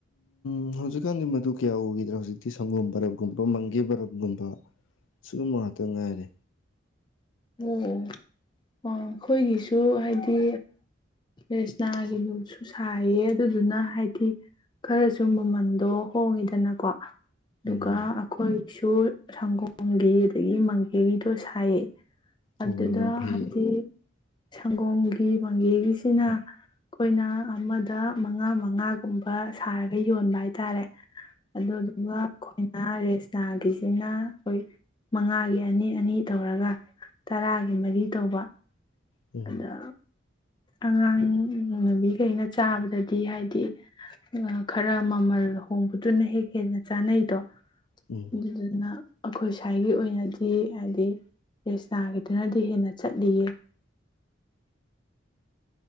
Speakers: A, on the left (about 85°); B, on the left (about 25°).
A: ꯎ ꯍꯧꯖꯤꯛꯀꯥꯟꯗꯤ ꯃꯗꯨ ꯀꯌꯥ ꯎꯈꯤꯗ꯭ꯔꯦ ꯍꯧꯖꯤꯛꯇꯤ ꯁꯪꯒꯣꯝ ꯕꯔꯞꯒꯨꯝꯕ ꯃꯪꯒꯦ ꯕꯔꯞꯀꯨꯝꯕ ꯁꯤꯒꯨꯝꯕ ꯉꯥꯛꯇ ꯉꯥꯏꯔꯦ
B: ꯑꯣ ꯑꯣ ꯑꯩꯈꯣꯏꯒꯤꯁꯨ ꯍꯥꯏꯗꯤ ꯔꯦꯁꯅꯥꯒꯤꯗꯨꯁꯨ ꯁꯥꯏꯌꯦ ꯑꯗꯨꯗꯨꯅ ꯍꯥꯏꯗꯤ ꯈꯔꯁꯨ ꯃꯃꯟꯗꯣ ꯍꯣꯡꯉꯤꯗꯅꯀꯣ ꯑꯗꯨꯒ
A: ꯎꯝ
B: ꯑꯈꯣꯏ ꯁꯨ ꯁꯪꯒꯣꯝꯒꯤ ꯑꯗꯒꯤ ꯌꯨꯕꯤ ꯇꯣ ꯁꯥꯏꯌꯦ ꯑꯗꯨꯗ
A: ꯑꯣ ꯌꯥꯝ ꯐꯩ
B: ꯍꯥꯏꯗꯤ ꯁꯪꯒꯣꯝꯒꯤ ꯃꯪꯒꯦꯒꯤ ꯁꯤꯅ
A: ꯌꯥꯝ
B: ꯑꯩꯈꯣꯏꯅ ꯑꯃꯗ ꯃꯉꯥ ꯃꯉꯥ ꯨꯒꯨꯝꯕ ꯁꯥꯔꯒ ꯌꯣꯟꯕ ꯍꯥꯏꯇꯥꯔꯦ ꯑꯗꯨꯗꯨꯒ ꯑꯩꯈꯣꯏꯅ ꯔꯦꯁꯅꯥꯒꯤꯁꯤꯅ ꯑꯩꯈꯣꯏ ꯃꯉꯥꯒꯤ ꯑꯅꯤ ꯑꯅꯤ ꯇꯧꯔꯒ ꯇꯔꯥꯒꯤ ꯃꯔꯤ ꯇꯧꯕ
A: ꯎꯝ
B: ꯑꯗ ꯑꯉꯥꯡ ꯅꯨꯕꯤꯈꯩꯅ ꯆꯥꯕꯗꯗꯤ ꯍꯥꯏꯗꯤ ꯈꯔ ꯃꯃꯜ ꯍꯣꯡꯕ ꯑꯗꯨꯨꯅ ꯍꯦꯛ ꯍꯦꯟꯅ ꯆꯥꯅꯩꯗꯣ
A: ꯎꯝ
B: ꯑꯗꯨꯗꯨꯅ ꯑꯩꯈꯣꯏ ꯁ꯭ꯋꯥꯏꯒꯤ ꯑꯣꯏꯅꯗꯤ ꯍꯥꯏꯗꯤ ꯔꯦꯁꯅꯥꯒꯤꯗꯨꯅꯗꯤ ꯍꯦꯟꯅ ꯆꯠꯂꯤꯌꯦ